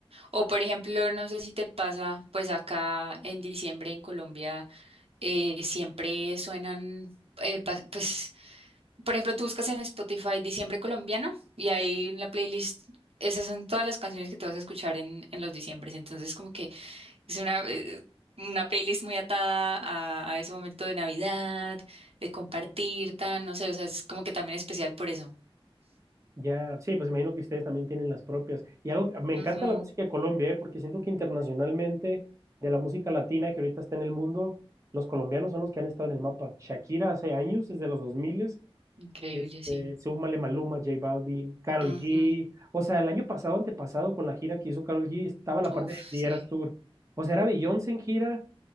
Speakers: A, on the right; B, on the right.
A: O por ejemplo, no sé si te pasa, pues acá en diciembre en Colombia. eh, siempre suenan, eh, ba- pues, por ejemplo, tú buscas en Spotify Diciembre colombiano y ahí en la playlist, esas son todas las canciones que tú vas a escuchar en, en los diciembres. Entonces, como que es una, eh, una playlist muy atada a, a ese momento de Navidad, de compartir, tan, no sé, o sea, es como que también especial por eso.
B: Ya, sí, pues imagino que ustedes también tienen las propias. Y algo, me encanta
A: Ujú,
B: la música de Colombia, ¿eh? Porque siento que internacionalmente, de la música latina que ahorita está en el mundo, los colombianos son los que han estado en el mapa. Shakira hace años, desde los 2000,
A: Increíble,
B: este,
A: sí.
B: súmale Maluma, J Balvin, Karol
A: Ujú,
B: G. O sea, el año pasado, antepasado, con la gira que hizo Karol G, estaba la
A: Uf,
B: parte de
A: sí.
B: Eras Tour. O sea, era Beyoncé en gira